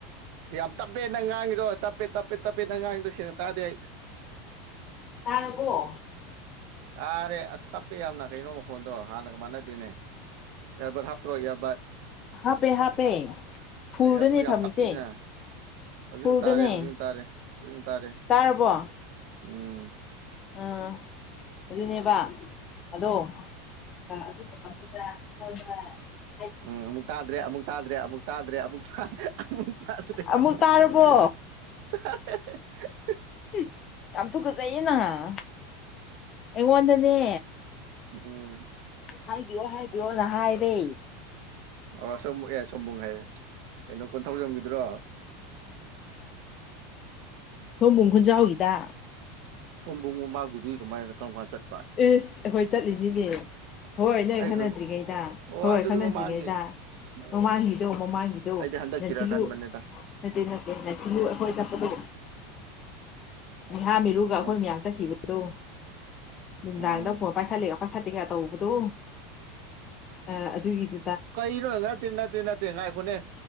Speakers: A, on the right; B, on the left.
A: ꯌꯥꯝ ꯇꯞꯄꯦ ꯅꯪ ꯉꯥꯡꯉꯤꯗꯣ ꯇꯞꯄꯦ ꯇꯞꯄꯦ ꯇꯞꯄꯦ ꯅꯪ ꯉꯥꯡꯉꯤꯗꯣ ꯫ ꯁꯦꯡꯅ ꯇꯥꯗꯦ ꯑꯩ꯫
B: ꯇꯥꯔꯕꯣ꯫
A: ꯇꯥꯔꯦ ꯑꯁ ꯇꯞꯄꯦ ꯌꯥꯝꯅ ꯀꯩꯅꯣ ꯃꯈꯣꯟꯗꯣ ꯍꯥꯟꯅꯒ ꯃꯥꯟꯅꯗꯦꯅꯦ ꯑ꯭ꯌꯕꯠ ꯍꯥꯞꯇ꯭ꯔꯣ ꯑ꯭ꯌꯕꯠ꯫
B: ꯍꯥꯞꯄꯦ ꯍꯥꯞꯄꯦ ꯐꯨꯜꯗꯅꯦ
A: ꯀꯩꯅꯣ ꯑꯗꯨ ꯌꯥꯝ
B: ꯊꯝꯃꯤꯁꯦ
A: ꯇꯞꯄꯤꯁꯤꯅ ꯍꯧꯖꯤꯛꯅ
B: ꯐꯨꯜꯗꯅꯦ
A: ꯇꯥꯔꯦ ꯍꯧꯖꯤꯛꯅ ꯇꯥꯔꯦ ꯍꯧꯖꯤꯛꯅ ꯇꯥꯔꯦ
B: ꯇꯥꯔꯕꯣ꯫
A: ꯎꯝ꯫
B: ꯑꯪ ꯑꯗꯨꯗꯤꯅꯦꯕ ꯑꯗꯣ ꯑꯥ ꯑꯗꯨ ꯃꯇꯝꯗꯨꯗ ꯑꯩꯉꯣꯟꯗ ꯑꯪ
A: ꯎꯨꯝ ꯑꯃꯨꯛ ꯇꯥꯗ꯭ꯔꯦ ꯑꯃꯨꯛ ꯇꯥꯗ꯭ꯔꯦ ꯑꯃꯨꯛ ꯇꯥꯗ꯭ꯔꯦ ꯑꯃꯨꯛ ꯑꯍꯥ-ꯑꯃꯨꯛ ꯑꯗꯨꯅꯦ-ꯑꯍ-ꯑꯍ-ꯍ-ꯑꯍ-ꯍꯦ
B: ꯑꯃꯨꯛ ꯇꯥꯔꯕꯣ ꯍꯨꯝ ꯌꯥꯝ ꯇꯨꯒꯖꯩꯌꯦꯅ ꯑꯩꯉꯣꯟꯗꯅꯦ
A: ꯎꯝ
B: ꯍꯥꯕꯤꯌꯣ ꯍꯥꯕꯤꯌꯣꯅ ꯍꯥꯏꯔꯦ
A: ꯑꯥ ꯁꯋꯣꯝꯕꯨꯡ ꯑꯦ ꯁꯌꯣꯝꯕꯨꯡ ꯍꯥꯏꯌꯦ ꯆꯞ ꯀꯣꯟꯊꯧꯖꯝꯒꯤꯗꯨꯔꯣ
B: ꯁꯑꯣꯝꯕꯨꯡ ꯈꯨꯟꯖꯥꯎꯒꯤꯗ
A: ꯁꯑꯣꯝꯕꯨꯡꯗꯨꯗꯤ ꯃꯥꯕꯨꯗꯤ ꯀꯃꯥꯏꯅ ꯀꯔꯝꯀꯥꯟ ꯆꯠ
B: ꯏꯁ ꯑꯩꯈꯣꯏ ꯆꯠꯂꯤꯅꯤꯅꯦ ꯍꯣꯏ ꯅꯣꯒ
A: ꯑꯩ
B: ꯈꯪꯅꯗ꯭ꯔꯤꯉꯩꯗꯃꯃꯥꯡꯒꯤꯗꯣ-ꯃꯃꯥꯡꯒꯤꯗꯣ
A: ꯈꯪ ꯑꯣ ꯑꯗꯨꯗꯤ ꯃꯃꯥꯡꯒꯤ ꯎꯝ ꯑꯩꯗꯤ ꯍꯟꯗꯛꯀꯤꯔ
B: ꯂꯁꯤꯜꯂꯨ
A: ꯈꯟꯕꯅꯤꯗ
B: ꯅꯠꯇꯦ-ꯅꯠꯇꯦ ꯂꯁꯤꯜꯂꯨ ꯑꯩꯈꯣꯏ ꯆꯠꯄꯗꯨ ꯉꯍꯥꯃꯤꯔꯨꯒ
A: ꯎꯝ
B: ꯑꯩꯈꯣꯏ ꯃꯌꯥꯝ ꯆꯠꯈꯤꯕ ꯑꯗꯣ ꯅꯨꯡꯗꯥꯡꯗ
A: ꯎꯝ
B: ꯐꯣꯟ ꯄꯥꯏꯈꯠꯂꯤ ꯑꯈꯣꯏ ꯐꯠꯇꯦꯒ ꯇꯧꯕꯗꯣ ꯑꯥ- ꯑꯗꯨꯒꯤꯗꯨ
A: ꯀꯔꯤꯅꯣ ꯅꯠꯇꯦ-ꯅꯠꯇꯦ-ꯅꯠꯇꯦ ꯉꯥꯏꯈꯣꯅꯦ